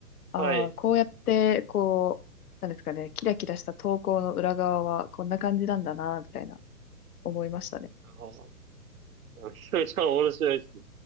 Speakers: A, on the left; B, on the right.
A: ああ、
B: はい。
A: こうやってこう、なんですかね、キラキラした投稿の裏側はこんな感じなんだな、みたいな思いましたね。
B: あー、めちゃめちゃ面白いですね。